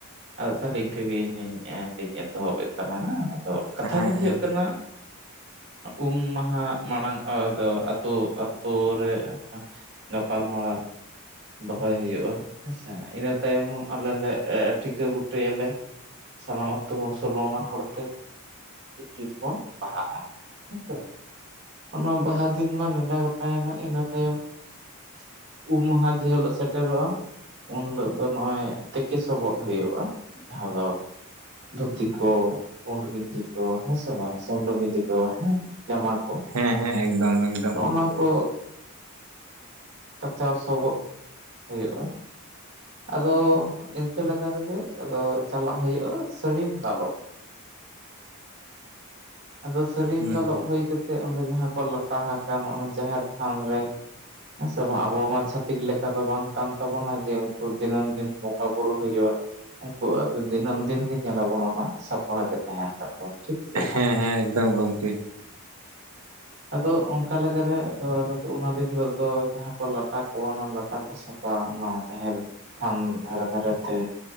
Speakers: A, on the right; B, on the right.
A: ᱟᱫᱚ ᱛᱟᱦᱚᱞᱮ ᱤᱱᱠᱟᱹᱜᱮ ᱤᱧᱦᱚᱧ ᱮᱛᱚᱦᱚᱵᱮᱫ ᱛᱟᱞᱟᱝ ᱛᱚ ᱠᱟᱛᱷᱟ
B: ᱦᱮᱸ
A: ᱫᱚ ᱦᱩᱭᱩᱜ
B: ᱦᱮᱸ
A: ᱠᱟᱱᱟ ᱩᱢ ᱢᱟᱦᱟ ᱢᱟᱲᱟᱝ ᱟᱫᱚ ᱟᱹᱛᱩ ᱟᱛᱳ ᱨᱮ ᱜᱟᱯᱟᱞ ᱢᱟᱨᱟᱨᱟᱣ ᱫᱚᱦᱚᱭ ᱦᱩᱭᱩᱜᱼᱟ ᱦᱮᱸᱥᱮ ᱤᱱᱟᱹ ᱛᱟᱭᱚᱢ ᱟᱞᱮ ᱞᱮ ᱴᱷᱤᱠᱟᱹ ᱜᱩᱴᱟᱹᱭᱟᱞᱮ ᱥᱟᱱᱟᱢᱟ ᱛᱟᱵᱩᱱ ᱥᱟᱱᱟᱢ ᱢᱟ ᱥᱚᱱᱢᱟᱱ ᱢᱟ ᱦᱚᱲᱛᱮ ᱛᱤᱥ ᱵᱚᱱ ᱯᱟᱲᱦᱟᱜᱼᱟ ᱦᱮᱸᱥᱮ ᱚᱱᱟ ᱵᱟᱦᱟ ᱫᱤᱱ ᱢᱟ ᱱᱮᱰᱟ ᱜᱚᱴᱟᱭᱮᱱᱟ ᱤᱱᱟᱹ ᱛᱟᱭᱚᱢ ᱩᱢ ᱢᱟᱦᱟ ᱡᱮᱦᱤᱞᱳᱜ ᱥᱮᱴᱮᱨᱚᱜᱼᱟ ᱩᱱ ᱦᱤᱞᱳ ᱫᱚ ᱱᱚᱜᱼᱚᱭ ᱛᱮᱠᱮ ᱥᱚᱵᱚᱫ ᱦᱩᱭᱩᱜᱼᱟ ᱡᱟᱦᱟᱸ ᱫᱚ ᱫᱷᱩᱛᱤ ᱠᱚ ᱯᱩᱸᱰ ᱜᱮᱱᱡᱤ ᱠᱚ ᱦᱮᱸ ᱥᱮ ᱵᱟᱝ ᱥᱩᱱᱰᱟᱹ ᱜᱮᱱᱡᱤ ᱠᱚ ᱦᱮᱸ ᱡᱟᱢᱟ ᱠᱚ
B: ᱦᱮᱸ ᱦᱮᱸ ᱮᱠᱫᱚᱢ ᱮᱠᱫᱚᱢ
A: ᱱᱚᱜᱼᱚ
B: ᱜᱚᱝᱠᱮ
A: ᱱᱚᱣᱟ ᱠᱚ ᱠᱟᱪᱟᱣ ᱥᱚᱵᱚᱫ ᱦᱩᱭᱩᱜᱼᱟ ᱟᱫᱚ ᱤᱱᱠᱟᱹ ᱞᱮᱠᱟ ᱨᱮᱜᱮ ᱟᱫᱚ ᱪᱟᱞᱟᱜ ᱦᱩᱭᱩᱜᱼᱟ ᱥᱟᱹᱲᱤᱢ ᱫᱟᱞᱚᱵ ᱟᱫᱚ ᱥᱟᱹᱲᱤᱢ
B: ᱦᱩᱸ
A: ᱫᱟᱞᱚᱵ ᱦᱩᱭ ᱪᱮᱛᱮ ᱚᱸᱰᱮ ᱡᱟᱦᱟᱸ ᱠᱚ ᱞᱟᱴᱟ ᱟᱠᱟᱱ ᱚᱱᱟ ᱡᱟᱦᱮᱨ ᱛᱷᱟᱱ ᱨᱮ ᱦᱮᱸ ᱥᱮ ᱵᱟᱝ ᱟᱵᱚ ᱢᱟ ᱪᱷᱟᱹᱛᱤᱠ ᱞᱮᱠᱟ ᱫᱚ ᱵᱟᱝ ᱠᱟᱱ ᱛᱟᱵᱚᱱᱟ ᱡᱮ ᱫᱤᱱᱟᱹᱢ ᱫᱤᱱ ᱵᱚᱸᱜᱟ ᱵᱳᱩᱨᱩ ᱦᱤᱡᱩᱜᱼᱟ ᱟᱫᱚ ᱫᱤᱱᱟᱹᱢ ᱫᱤᱱ ᱜᱮ ᱧᱮᱞᱟᱵᱚᱱ ᱚᱱᱟ ᱥᱟᱯᱷᱟ ᱜᱮ ᱛᱟᱦᱮᱱ ᱛᱟᱠᱚᱣᱟ ᱴᱷᱤᱠ ᱥᱮ ᱵᱟᱝ
B: ᱦᱮᱸ ᱦᱮᱸ ᱮᱠᱫᱚᱢ ᱜᱚᱝᱠᱮ
A: ᱟᱫᱚ ᱚᱱᱠᱟ ᱞᱮᱠᱟᱨᱮ ᱟᱫᱚ ᱟᱞᱮ ᱚᱱᱟ ᱫᱤᱱ ᱦᱤᱞᱳᱜ ᱫᱚ ᱡᱟᱦᱟᱸ ᱠᱚ ᱞᱟᱴᱟ ᱠᱚᱣᱟ ᱚᱱᱟ ᱞᱟᱴᱟ ᱠᱚ ᱥᱟᱯᱷᱟ ᱚᱱᱟ ᱡᱟᱦᱮᱨ ᱛᱷᱟᱱ ᱫᱷᱟᱨᱮ ᱫᱷᱟᱨᱮᱛᱮ